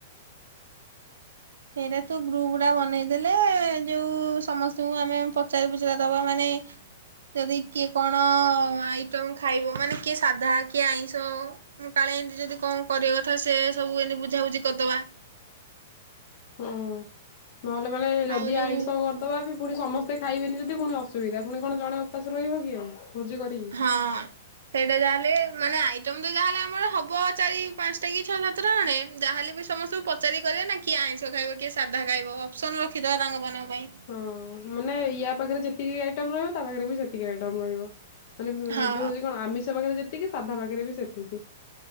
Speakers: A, on the right; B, on the left.
A: ସେଇଟା ତୁ ଗ୍ରୁପଟା ବନେଇଦେଲେ ଯୋଉ ସମସ୍ତଙ୍କୁ ଆମେ ପଚାରି ପୁଚୁରା ଦବା ମାନେ ଯଦି କିଏ କଣ ଆଇଟମ ଖାଇବ ମାନେ କିଏ ସାଧା କିଏ ଆଇଁଷ ମୁଁ କାଳେ ଏମିତି ଯଦି କଣ କରିବା କଥା ସେ ସବୁ ଏମିତି ବୁଝାବୁଝି କରିଦବା।
B: ହଁ। ନହେଲେ ମାନେ ଯଦି
A: ଆଉ ଯୋଉ
B: ଆଇଁଷ କର ଦବାବି ପୁଣି ସମସ୍ତେ ଖାଇବେନି ଯଦି ପୁଣି ଅସୁବିଧା ପୁଣି କଣ ଜଣେ ଉପାସ ରହିବ କି ଆଉ। ଖୋଜି କରିକି
A: ହଁ। ସେଇଟା ଯାହାହେଲେ ମାନେ ଆଇଟମ୍ ତ ଯାହାଲେ ଆମର ହବ ଚାରି ପାଞ୍ଚଟା କି ଛଅ ସାତଟା ଖଣ୍ଡେ ଯାହାଲେ ବି ସମସ୍ତଙ୍କୁ ପଚାରି କରିବେନା କିଏ ଆଇଁଷ ଖାଇବ କିଏ ସାଧା ଖାଇବ ଅପ୍ ସନ୍ ରଖିଦବା ତାଙ୍କ ମନଙ୍କ ପାଇଁ।
B: ହଁ ମାନେ ୟା ପାଖରେ ଯେତିକି ଆଇଟମ୍ ରହିବ ତା ପାଖରେ ବି ସେତିକି ଆଇଟମ୍ ରହିବ। ମାନେ ଯୋଉ
A: ହଁ
B: ହୋଉଛି କଣ ଆମିଷ ପାଖରେ ଯେତିକି ସାଧା ପାଖରେ ବି ସେତିକି।